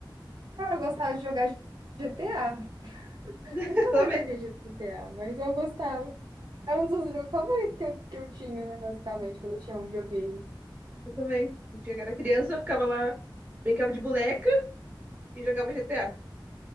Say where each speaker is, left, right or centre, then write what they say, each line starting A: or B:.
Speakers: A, on the right; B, on the right.
A: Cara, eu gostava de jogar GTA.
B: Eu
A: Nunca
B: também.
A: mais joguei GTA, mas eu gostava. Era um dos jogos favoritos que eu, que eu tinha, né, basicamente, quando eu tinha um videogame.
B: Eu também. Quando eu era criança, eu ficava lá, brincava de boneca e jogava GTA.